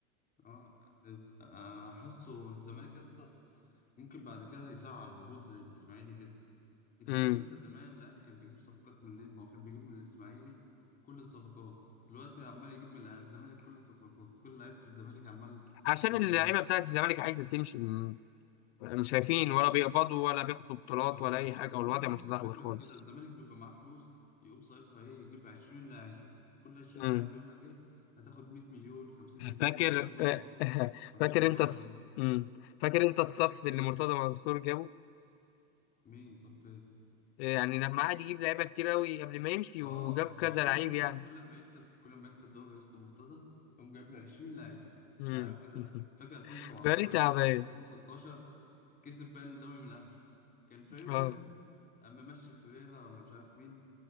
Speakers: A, on the left; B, on the left.
A: آه آه، حاسه الزمالك يا اسطى ممكن بعد كده هيسارع على الهبوط زي الإسماعيلي كده انت
B: امم
A: فاكر انت زمان الاهلي كان بيجيب صفقات منين ما هو كان بيجيب من الاسماعيلي كل الصفقات دلوقتي عمال يجيب من الزمالك كل الصفقات كل لعيبه الزمالك عمال
B: عشان
A: يروحوا
B: اللعيبه
A: له
B: بتاعت الزمالك عايزه تمشي م- مش شايفين
A: امم
B: ولا بيقبضوا ولا بياخدوا بطولات
A: ولا
B: ولا
A: بيقبض
B: اي حاجه
A: ما
B: والوضع
A: هو الف-
B: متدهور
A: الفكره
B: خالص
A: في كده الزمالك بيبقى معاه فلوس يقوم صايفها ايه يجيب 20 لعيب وكل 20
B: امم
A: لعيب يقول لك ايه هتاخد 100 مليون 50 مليون
B: فاكر
A: مفيش نظام
B: <laughs>
A: مفيش
B: فاكر
A: نظام
B: انت الص...
A: يا اسطى.
B: مم. فاكر انت الصف اللي مرتضى منصور جابه
A: مين صفي
B: يعني لما قعد يجيب لعيبه كتير قوي قبل ما يمشي
A: اه
B: وجاب كذا
A: ده هو كل
B: لعيب
A: كل
B: يعني
A: كل لما يكسب كل لما يكسب دوري يا اسطى مرتضى يقوم جايب له 20 لعيب
B: مم.
A: مش عارف ايه ده
B: <laughs>
A: فاكر 2017
B: فريق
A: 2000
B: تعبان
A: 2016 كسب باين الدوري من الاهلي كان فريقه
B: اه
A: جامد اما مشي فيريرا ولا مش عارف مين